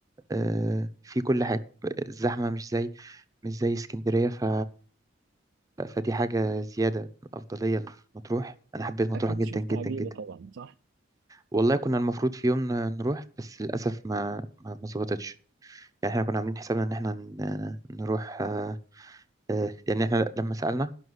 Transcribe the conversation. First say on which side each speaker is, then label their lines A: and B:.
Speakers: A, on the right (about 15°); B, on the right (about 65°).
A: آه، في كل حاجة الزحمة مش زي مش زي اسكندرية ف... فدي حاجة زيادة أفضلية لمطروح أنا حبيت مطروح
B: أكيد
A: جدا
B: شفت
A: جدا
B: عجيبة
A: جدا
B: طبعا صح
A: والله كنا المفروض في يوم ن- نروح بس للأسف ما ما ما ظبطتش يعني احنا كنا عاملين حسابنا إن احنا ن- نروح آه، آه، يعني احنا لما سألنا